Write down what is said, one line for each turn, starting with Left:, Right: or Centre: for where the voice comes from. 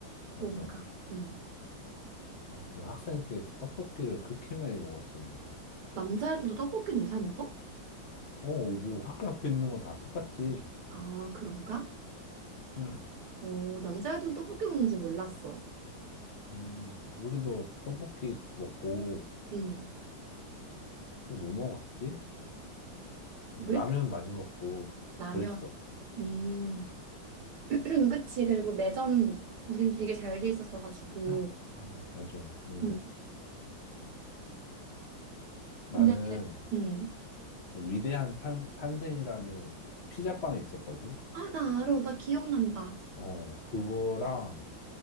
Left: 맞아.
Right: 뭔가. 음.
Left: 아, 그 학생 때 떡볶이를 그렇게 많이 먹었었는데.
Right: 남자애들도 떡볶이를 사 먹어?
Left: 어, 뭐 학교 앞에 있는 거 다 똑같지.
Right: 아, 그런가?
Left: 응.
Right: 어, 남자애들도 떡볶이 먹는지 몰랐어.
Left: 음, 우리도 떡볶이 먹고,
Right: 음.
Left: 또 뭐 먹었지? 뭐
Right: 우리
Left: 라면
Right: 때
Left: 많이 먹고,
Right: 라면.
Left: 그랬어.
Right: 음. <clears throat> 그치. 그리고 매점 우린 되게 잘 돼 있었어가지고.
Left: <gasps> 아, 맞아. 음.
Right: 음. 근데
Left: 나는
Right: 음.
Left: 그 위대한 탄, 탄생이라는 피자빵이 있었거든?
Right: 아, 나 알아. 나 기억난다.
Left: 어, 그거랑